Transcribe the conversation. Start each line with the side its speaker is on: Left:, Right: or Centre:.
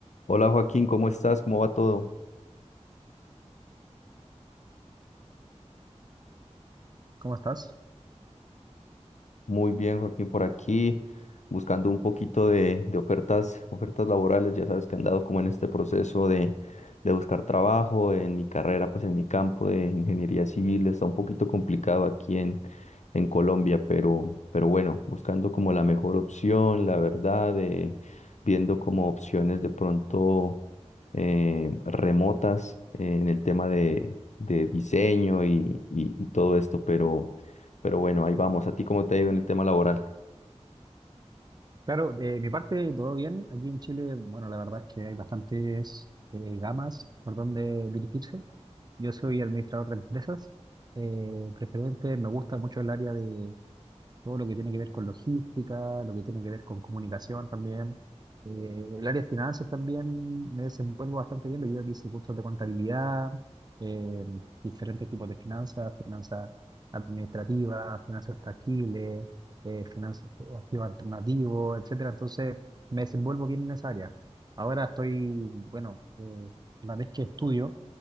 Left: Hola Joaquín, ¿cómo estás? ¿Cómo va todo?
Right: ¿Cómo estás?
Left: Muy bien, Joaquín, por aquí, buscando un poquito de, de ofertas, ofertas laborales. Ya sabes que han dado como en este proceso de, de buscar trabajo en mi carrera, pues en mi campo de ingeniería civil. Está un poquito complicado aquí en, en Colombia, pero, pero bueno, buscando como la mejor opción, la verdad, eh, viendo como opciones de pronto eh, remotas eh, en el tema de, de diseño y, y y todo esto, pero... Pero bueno, ahí vamos. ¿A ti cómo te ha ido en el tema laboral?
Right: Claro, de mi parte todo bien. Aquí en Chile, bueno, la verdad es que hay bastantes eh, gamas por donde dirigirse. Yo soy administrador de empresas. Eh, preferente, me gusta mucho el área de, todo lo que tiene que ver con logística, lo que tiene que ver con comunicación también. Eh, el área de finanzas también me desenvuelvo bastante bien debido a que hice cursos de contabilidad, eh, diferentes tipos de finanzas, finanzas administrativas, finanzas tangibles, eh, finanzas activos alternativos, etcétera. Entonces me desenvuelvo bien en esa área. Ahora estoy, bueno, eh, la vez que estudio